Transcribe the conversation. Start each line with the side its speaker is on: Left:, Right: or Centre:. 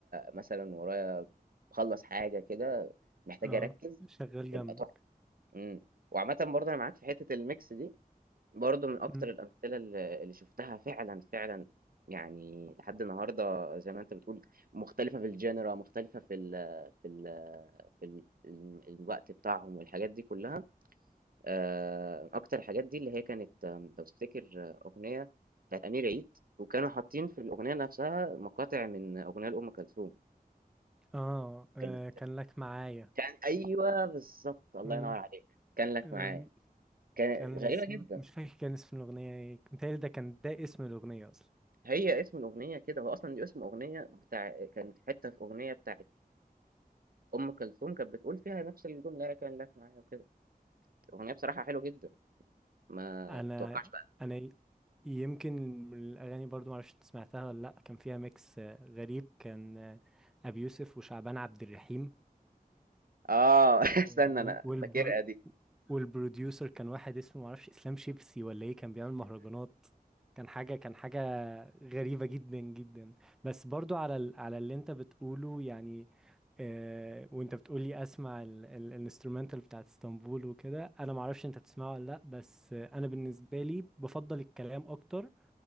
Right: مثلًا ورايا باخلّص حاجة كده محتاج
Centre: اه
Right: أركّز،
Centre: شغال
Right: بيبقى
Centre: جنبك
Right: تحفة. إمم. وعامةً برضه أنا معاك في حتّة الmix دي. برضه من أكتر
Centre: امم
Right: الأمثلة ال اللي شُفتها فعلًا، فعلًا يعني لحد النهارده زي ما أنت بتقول مختلفة في الgenre مختلفة في ال في ال في ال الم الوقت بتاعهم والحاجات دي كلّها، آآ أكتر الحاجات دي اللي هي كانت آم، لو تفتكر آه، أغنية بتاعة أمير عيد، وكانوا حاطين في الأغنية نفسها مقاطع من أغنية لأم كلثوم،
Centre: آه. اه
Right: كانت
Centre: كان لك معايا
Right: كان أيوه بالضبط، الله
Centre: امم
Right: ينور عليك، كان لك
Centre: أم،
Right: معايا، كان
Centre: كان
Right: غريبة
Centre: اسم
Right: جدًا.
Centre: مش فاكر كان اسم الأغنية ايه متهيألي ده كان ده اسم الأغنية أصلا
Right: هي اسم الأغنية كده، هو أصلًا دي اسم أغنية بتاع كانت حتّة في أغنية بتاعة أم كلثوم كانت بتقول فيها نفس الجملة هي كان لك معايا وكده، أغنية بصراحة حلوة جدًا، ما
Centre: انا
Right: تتوقعش بقى
Centre: انا يمكن من الاغاني برضو معرفش انت سمعتها ولا لا كان فيها ميكس آه، غريب كان آه، ابي يوسف وشعبان عبد الرحيم
Right: آه <laughs> استنى
Centre: وال
Right: أنا
Centre: والبر...
Right: فاكرها دي
Centre: والبروديوسر كان واحد اسمه معرفش اسلام شيبسي ولا ايه كان بيعمل مهرجانات كان حاجة كان حاجة غريبة جدا جدا بس برضو على ال... على اللي انت بتقوله يعني آه... وانت بتقولي اسمع ال... ال... الانسترومنتال بتاعت اسطنبول وكده انا معرفش انت بتسمعه ولا لا بس آه، انا بالنسبة لي بفضل الكلام اكتر